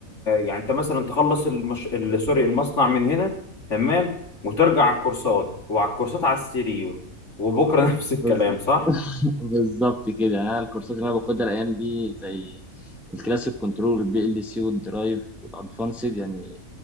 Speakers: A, on the left; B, in the centre.
A: يعني انت مثلا تخلص المش... ال- سوري المصنع من هنا تمام وترجع على الكورسات وعلى الكورسات على السيريو وبكره <laughs> نفس الكلام
B: بز-
A: صح؟
B: <laughs> بالظبط كده انا الكورسات اللي انا باخدها الايام دي زي الكلاسيك كنترول البي ال سي والدرايف والادفانسد يعني